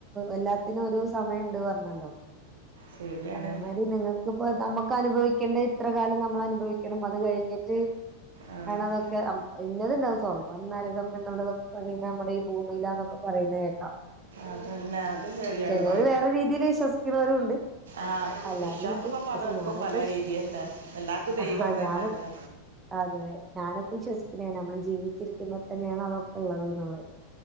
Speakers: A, on the right (about 20°); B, on the right (about 60°).
A: എല്ലാത്തിനും ഒരു സമയം ണ്ട് പറഞ്ഞല്ലോ.
B: ശരിയാണ്
A: അതേമായ്രി നിങ്ങൾക്കിപ്പോ നമ്മുക്ക് അനുഭവിക്കേണ്ട ഇത്ര കാലം നമ്മൾ അനുഭവിക്കണം അത് കഴിഞ്ഞിട്ട്.
B: ആ
A: ആണ് അതൊക്കെ ഇന്നത്ണ്ടാവും. സ്വർഗ്ഗം നരകം എന്നുള്ളതൊക്കെ പിന്നെ നമ്മളീ ഭൂമിയിലാന്നൊക്കെ പറയുന്ന കേേക്കാം.
B: അതന്നെ അത് ശരിയാണ്
A: ചെലോര് വേറെ രീതീല് വിശ്വസിക്കുണോരു ഉണ്ട്.
B: ആഹ്
A: അല്ലാതെയും
B: വിശ്വാസം
A: ഉണ്ട്
B: പ്പ പലോർക്കും
A: പക്ഷെ ഞാനൊക്കെ
B: പലേ
A: വിശ്
B: രീതിയല്ലേ എല്ലാർക്കും
A: ആഹ്
B: ദൈവം ഒന്നന്നെ
A: ഞാന്
B: അല്ലേ.
A: അതെ ഞാനൊക്കെ വിശ്വസിക്ക്ണെ നമ്മള് ജീവിച്ചിരിക്കുമ്പം തന്നേണ് അതൊക്കെള്ളത് ന്ന് ള്ളെ.